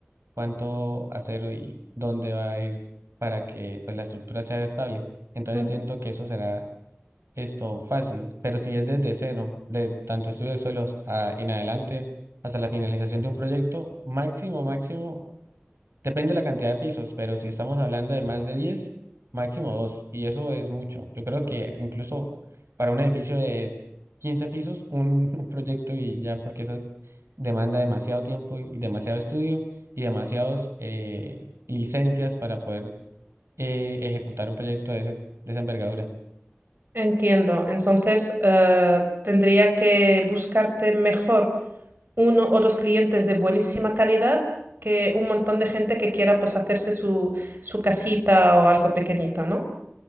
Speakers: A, on the right; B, on the right.
A: cuánto acero y dónde va a ir para que pues, la estructura sea estable. Entonces
B: Ujú.
A: siento que eso será esto fácil, pero si es desde cero, de tanto estudio de suelos a- en adelante hasta la finalización de un proyecto, máximo, máximo. Depende de la cantidad de pisos, pero si estamos hablando de más de 10, máximo 2, y eso es mucho. Yo creo que incluso para un edificio de 15 pisos, un, <laughs> un proyecto y ya, porque eso demanda demasiado tiempo y demasiado estudio y demasiadas licencias para poder eh, ejecutar un proyecto de, ese, de esa envergadura.
B: Entiendo. Entonces, eh, tendría que buscarte mejor uno o dos clientes de buenísima calidad que un montón de gente que quiera pues hacerse su, su casita o algo pequeñito, ¿no?